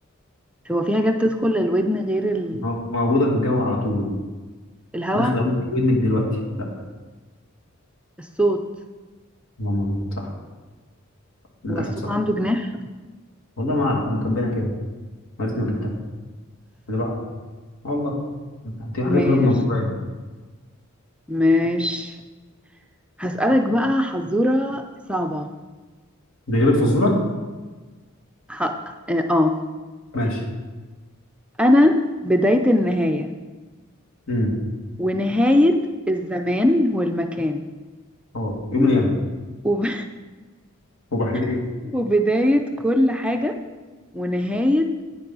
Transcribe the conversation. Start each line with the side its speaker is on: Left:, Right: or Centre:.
Centre: هو في حاجة بتدخل الودن غير ال...
Left: مو- موجودة في الجو على طول
Centre: الهواء
Left: داخلة ودنك ودنك دلوقتي لا
Centre: الصوت
Left: هو مظبوط صح للأسف
Centre: هو الصوت
Left: صح
Centre: عنده جناح
Left: والله ما أعرف هم كاتبينها كده يا ريتني ما جبتها اللي بعده آه والله دي حاجات
Centre: ماشي
Left: غير منطقية
Centre: ماشي هسألك بقى حزورة صعبة
Left: دي غير الفزورة
Centre: ح... اه آه.
Left: ماشي
Centre: أنا بداية النهاية
Left: امم
Centre: ونهاية الزمان والمكان
Left: اه يوم من الأيام
Centre: وب...
Left: هو بعد إيه
Centre: <laughs> وبداية كل حاجة ونهاية